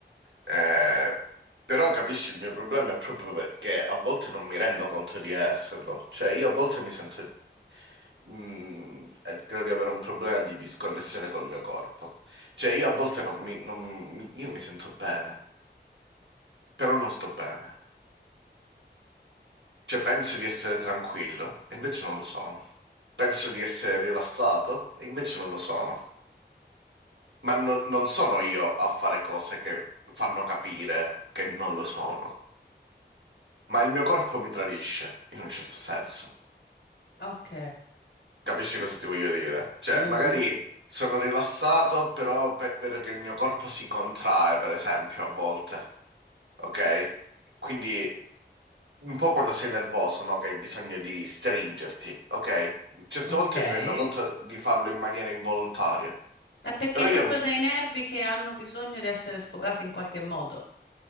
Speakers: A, on the right (about 85°); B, on the left (about 80°).
A: Eh, però capisci, il mio problema è proprio perché a volte non mi rendo conto di esserlo. Cioè, io a volte mi sento... mm, eh, credo di avere un problema di disconnessione col mio corpo. Cioè, io a volte non mi... non mi- io mi sento bene, però non sto bene. Cioè, penso di essere tranquillo, e invece non lo sono. Penso di essere rilassato, e invece non lo sono. Ma non non sono io a fare cose che fanno capire che non lo sono. ma il mio corpo mi tradisce, in un certo senso.
B: Ok.
A: Capisci cosa ti voglio dire? Cioè,
B: Mhm.
A: magari sono rilassato, però pe- vedo che il mio corpo si contrae, per esempio, a volte. ok? Quindi un po' quando sei nervoso, no? Che hai bisogno di stringerti, ok? Certe
B: Ok.
A: volte
B: È
A: mi rendo conto di farlo in maniera involontaria,
B: perché
A: però
B: hai
A: io
B: proprio
A: mi...
B: dei nervi che hanno bisogno di essere sfogati in qualche modo